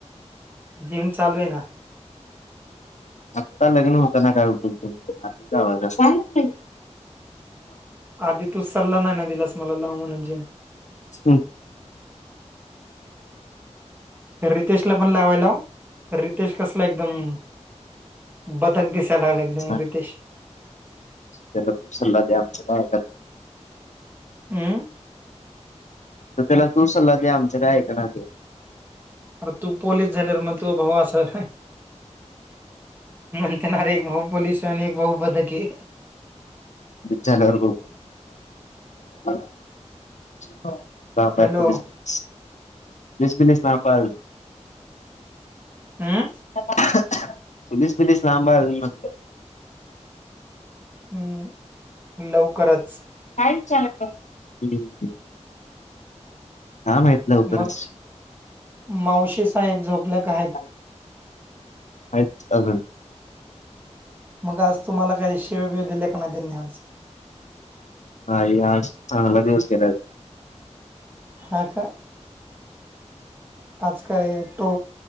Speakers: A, on the right; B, on the left.
A: जिम चालूं आहे ना.
B: आत्ता लग्नं होतांना कायं उठलं आचावाजा <unintelligible>
A: आधी तू सल्ला नाहीं ना दिलास मला, लाव म्हणून जिम.
B: <inaudible>
A: रितेश ला पण लावाय लाव, रितेश कसला एकदम- बदक दिसाय लागलाय, एकदम
B: सांग
A: रितेश.
B: त्याला तूप सल्ला द्या आमच्या कायका <unintelligible>
A: अ <unintelligible>
B: तर त्याला तू सल्ला दे, आमच्या काय ऐकणा त्यो.
A: अरे तू पोलीस झाल्यावर मग तू भाऊ असा- म्हणते‌ ना रे, एक भाऊ पोलिस आणि एक भाऊ बदके.
B: झाल्यावर ग <unintelligible> <unintelligible>
A: हॅलो
B: बस्मिलि इस्लामबांद
A: हम्म
B: <unintelligible> <unintelligible>
A: हं, लवकरच.
B: काय <unintelligible> हा माहित लवकरच.
A: मग मावशी, साहेब झोपले का आहेत?
B: <inaudible> आहेतच अजून.
A: मग आज तुम्हाला काय शिवी- बिवी दिली का नाही, त्यांनी आज?
B: नाही, आज चांगला दिवस गेलाय.
A: हा का? आज काय तो,